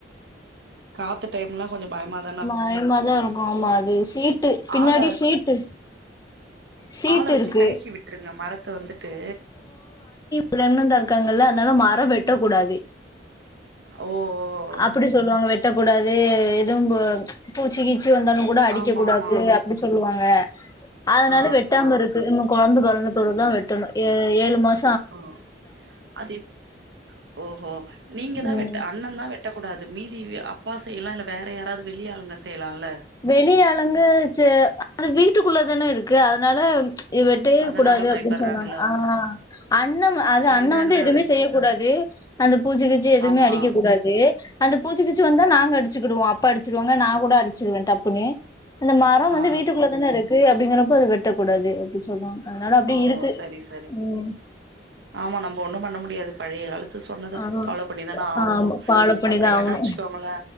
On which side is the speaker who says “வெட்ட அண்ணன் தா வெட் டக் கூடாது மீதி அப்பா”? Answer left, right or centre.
Right